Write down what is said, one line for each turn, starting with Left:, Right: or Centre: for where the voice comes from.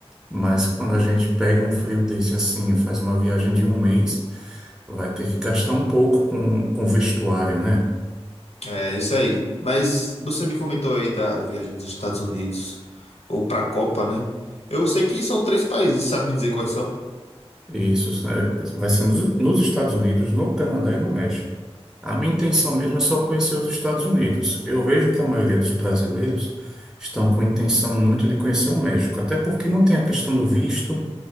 Centre: mas quando a gente pega um frio desse assim, faz uma viagem de um mês, vai ter que gastar um pouco com, com vestuário, né?
Left: É isso aí. Mas você me comentou aí da viagem dos Estados Unidos ou para a Copa, né? Eu sei que são três países, sabe me dizer quais são?
Centre: Isso né, vai ser nos, nos Estados Unidos, no Canadá e no México. A minha intenção mesmo é só conhecer os Estados Unidos. Eu vejo que a maioria dos brasileiros estão com intenção muito de conhecer o México, até porque não tem a questão do visto.